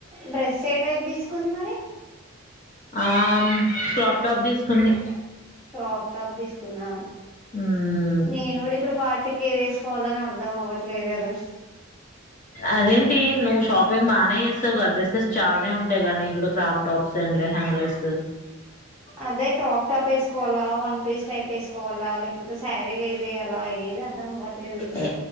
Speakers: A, in the centre; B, on the left (about 40°).
A: డ్రెస్ ఏ టైప్ తీసుకుంది మరి.
B: ఆ క్రాప్ టాప్ తీసుకుంది.
A: క్రాప్ టాప్ తీసుకున్నా.
B: మ్మ్
A: నేను కూడా ఇప్పుడు పార్టీ కి ఏదేసి ఫోన్లోనే అర్ధం అవ్వట్లేదు కదా.
B: అదేంటి నువ్వు షాపింగ్ బాగానే చేస్తావు కదా! డ్రస్సెస్ చాలానే ఉంటాయి. కానీ కూడా క్రాఫ్ట్ టాప్స్ అం లెహంగాస్
A: అదే క్రాప్ టాప్ వేసుకోవాలా, వన్ పీస్ టైప్ వేసుకోవాలా, లేకపోతే శారీ వేరీ అలా ఏద అర్థం అవ్వట్లేదు
B: ఏ